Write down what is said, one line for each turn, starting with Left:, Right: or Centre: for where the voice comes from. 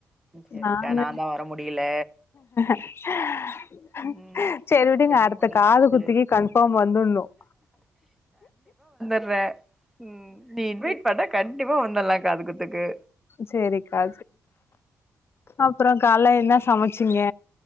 Centre: சரிடா
Left: நாங்க
Centre: நா தா வர முடியல
Left: <inaudible>
Centre: ம்
Left: சேரி விடுங்க
Centre: எப்டி
Left: அடுத்த
Centre: முடிஞ்சிச்சு
Left: காது குத்தக்கு கன்ஃபார்ம் வந்துணும்
Centre: வ <unintelligible> கண்டிப்பா வந்துலாம் காதுகுத்துக்கு
Left: செரிக்கா அப்புறம் கா கால என்ன சமைச்சிங்க